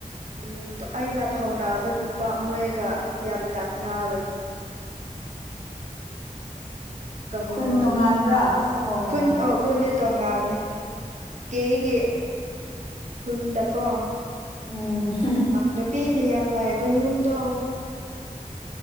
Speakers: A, on the right; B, on the left.
A: ꯎꯝ ꯑꯩꯅ ꯐꯥꯎꯅꯥꯕ ꯅꯨꯄꯥ ꯃꯣꯏꯒ ꯌꯥꯝ ꯅꯛꯅꯕꯅꯤ <unintelligible>
B: ꯈꯨꯟ ꯇꯣꯉꯥꯟꯕ꯭ꯔꯥ
A: <unintelligible>
B: ꯍꯣꯏ ꯍꯣꯏ
A: ꯈꯨꯟ ꯑꯥ ꯈꯨꯟ ꯇꯣꯡꯉꯜꯂꯦ ꯇꯦꯒꯤ ꯈꯨꯟꯗꯀꯣ
B: ꯎꯝ
A: ꯅꯨꯄꯤ ꯃꯤ ꯌꯥꯝ ꯂꯩꯕ ꯌꯨꯝꯗꯣ